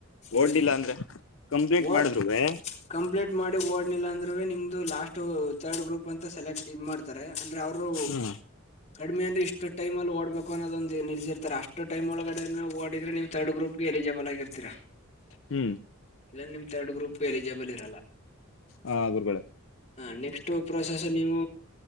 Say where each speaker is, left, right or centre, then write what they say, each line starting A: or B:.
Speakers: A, on the left; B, on the left.
A: ಒಡ್ಡಿಲ್ಲ
B: ಹೇಳಿ
A: ಅಂದ್ರೆ ಕಂಪ್ಲೀಂಟ್
B: ಓಡ್
A: ಮಾಡಿದ್ರುವೆ
B: ಕಂಪ್ಲೀಟ್ ಮಾಡಿ ಓಡ್ನಿಲ್ಲ ಅಂದ್ರ ನಿಮ್ದು ಲಾಸ್ಟ್ ತರ್ಡ್ ಗ್ರೂಪ್ ಅಂತ ಸೆಲೆಕ್ಟ್ ಇದ ಮಾಡ್ತಾರೆ ಅಂದ್ರೆ ಅವರು
A: ಹ್ಮ್
B: ಕಡಿಮೆ ಅಂದ್ರೆ ಇಷ್ಟ ಟೈಮ್ಲ್ಲಿ ಓಡ್ಬೇಕು ಅನ್ನೋೊ ಒಂದು ನಿಲ್ಸಿರ್ತಾರೆ ಅಷ್ಟು ಟೈ್ ಒಳಗಡೆ ಓಡ್ರೆ ನೀವು ತರ್ಡ್ ಗ್ರೂಪ್ ಎಲಿ ಜಬಾಲ ಆಗರ್ತೀರಾ
A: ಹ್ಮ್
B: ಇಲ್ಲ ನಿಮ ಥರ್ಡ್ ಗ್ರೂಪ್ ಎಲಿಜಿಬಲ್ ಇರಲ್ಲ
A: ಹ ಗುರುಗಳೇ
B: ಹ ನೆಕ್ಸ್ಟ್ ಪ್ರೊಸೆಸ್ ನೀವು